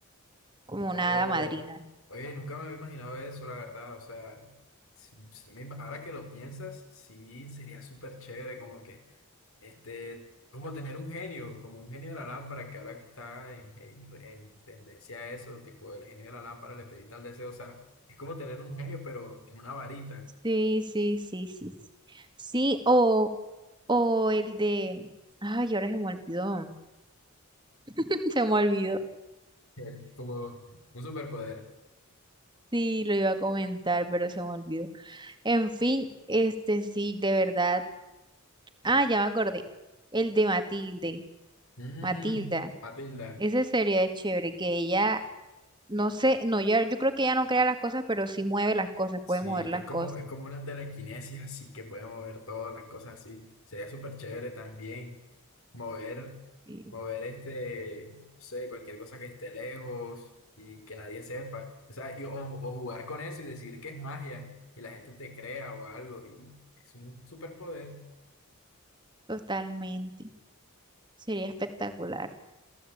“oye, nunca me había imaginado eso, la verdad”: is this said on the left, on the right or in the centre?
Left